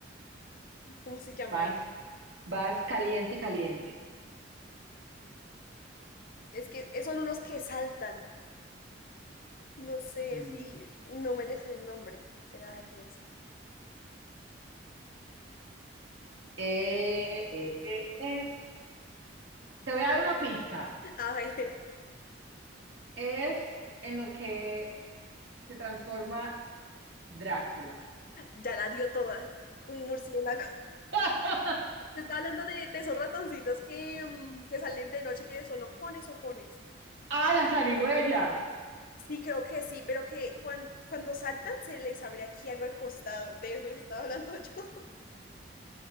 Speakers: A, on the left; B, on the right.
A: ¿Cómo se llama
B: Vas,
A: eso?
B: vas caliente, caliente.
A: Es que son unos que saltan. No sé
B: Mm.
A: si, no me les sé el nombre. Espera, a ver, pienso.
B: Eh, eh, eh, eh. Te voy a dar una pista.
A: A ver,
B: Es en lo que se transforma Drácula.
A: <laughs> ya la dio toda. Un murciélago.
B: <laughs> ¡Ah!
A: <laughs> Yo estaba hablando de, de esos ratoncitos que, mm, que salen de noche, que son ojones, ojones.
B: ¡Ah, la zarigüeya!
A: Sí, creo que sí, pero que cuan- cuando saltan se les abre aquí algo al costado. De eso les estaba hablando <laughs> yo.